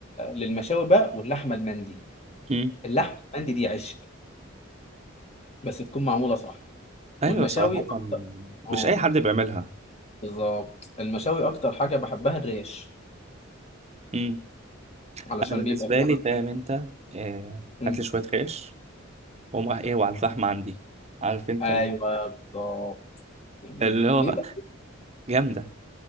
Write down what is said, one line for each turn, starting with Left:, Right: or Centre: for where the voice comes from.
Left: للمشاوي بقى واللحمه المندي
Right: مم.
Left: اللحمه المندي دي عش بس تكون معمولة صح
Right: ايوه
Left: والمشاوي
Right: صراحه
Left: أكتر
Right: مش
Left: اه
Right: اي حد بيعملها
Left: بالظبط المشاوي أكتر حاجة بحبها الريش
Right: مم.
Left: علشان
Right: انا بالنسبه
Left: بيبقى فيها
Right: لي
Left: عارف
Right: فاهم
Left: أنت
Right: انت آه،
Left: مم.
Right: هات لي شويه خيش واقوم رايح ايه وعلى الفحم عندي عارف انت
Left: أيوه بالظبط يعني
Right: اللي هو
Left: بيبقى
Right: جامده